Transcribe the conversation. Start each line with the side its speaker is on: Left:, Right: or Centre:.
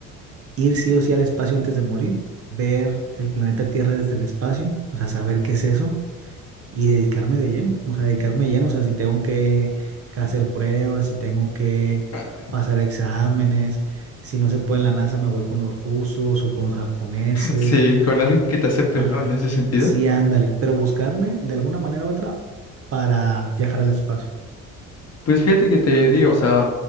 Right: ir sí o sí al espacio antes de morir, ver el planeta Tierra desde el espacio, o sea, saber qué es eso y dedicarme de lleno, o sea, dedicarme de lleno, o sea, si tengo que, que hacer pruebas, si tengo que
Left: <laughs>
Right: pasar exámenes, si no se puede en la NASA me voy con los rusos o con los japoneses,
Left: sí, con alguien que te acepte,
Right: Ah,
Left: ¿no? En ese sentido.
Right: sí, ándale, pero buscarle de alguna manera u otra para viajar al espacio.
Left: Pues fíjate que te digo, o sea,